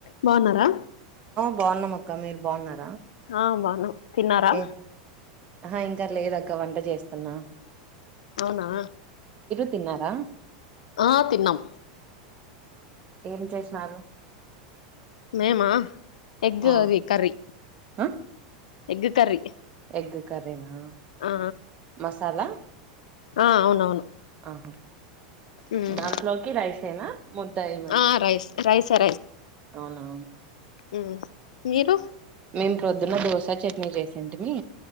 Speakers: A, on the left (about 90°); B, on the right (about 35°).
A: బాగున్నారా
B: బాగున్నా మక్క మీరు బాగున్నారా
A: ఆ బావున్నాం తిన్నారా
B: ఏ ఆహా ఇంకా లేదక్క వంట చేస్తన్నా
A: అవునా
B: తిన్నారా
A: ఆ తిన్నాం
B: ఏం చేసినారు
A: మేమా ఎగ్
B: ఆ
A: అది కర్రీ
B: ఆ
A: ఎగ్ కర్రీ
B: ఎగ్ కర్రీనా
A: ఆ
B: మసాలా
A: ఆ అవునవును
B: ఆహా
A: ఉమ్
B: దాంట్లోకి రైస్ ఏనా ముద్ద ఏమైనా
A: ఆ రైస్ రైసే
B: అవునా
A: హ్మ్ మీరు
B: మేము ప్రొద్దున్న దోసా చట్నీ చేసేంటిమి